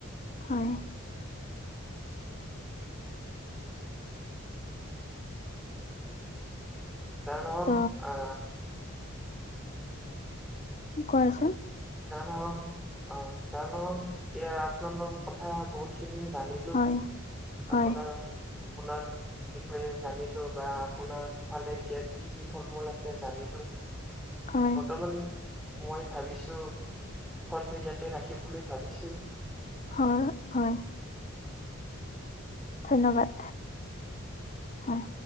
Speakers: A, on the left (about 35°); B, in the centre.
A: হয়।
B: যাৰ নহয়
A: ত
B: আ
A: তুমি কোৱাচোন?
B: যা নহক অ যা নহক এতিয়া আপোনাৰ লগত কথা বহুত খিনি জানি
A: হয়। হয়
B: আপোনাৰ আপোনাৰ বিষয়ে জানিলো বা আপোনাৰ ফালে এতিয়া কি কি ফল মূল আছে জানিলোঁ।
A: হয়
B: বৰ্তমান মই ভাবিছোঁ ফনটো ইয়াতে ৰাখিম বুলি ভাবিছোঁ।
A: হয় হয়। ধন্যবাদ হয়।